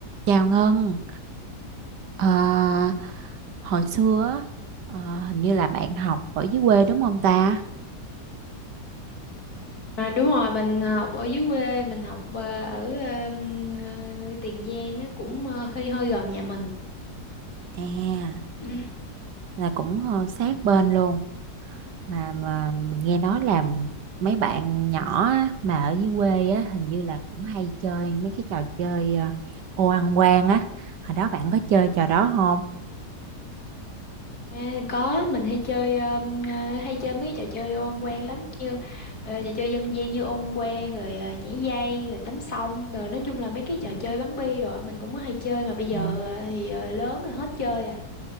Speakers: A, on the right; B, on the left.
A: Chào Ngân, Ờ, hồi xưa á, ờ, hình như là bạn học ở dưới quê đúng không ta?
B: À, đúng rồi mình học ở dưới quê mình học ờ, ở ờm, ờ, Tiền Giang á, cũng ờ, hơi hơi gần nhà mình
A: À,
B: Ừ.
A: là cũng ờ, sát bên luôn mà mà mình nghe nói là mấy bạn nhỏ á, mà ở dưới quê á hình như là cũng hay chơi mấy cái trò chơi ờ, ô ăn quan á. Hồi đó bạn có chơi trò đó không?
B: à, có mình hay chơi ờm, ờ, hay chơi mấy cái trò chơi ô ăn quan lắm như ờ, trò chơi dân gian như ô ăn quan rồi ờ, nhảy dây rồi tắm sông rồi nói chung là mấy cái trò chơi bắn bi rồi mình cũng có hay chơi mà bây giờ
A: À.
B: ờ, thì ờ, lớn rồi hết chơi rồi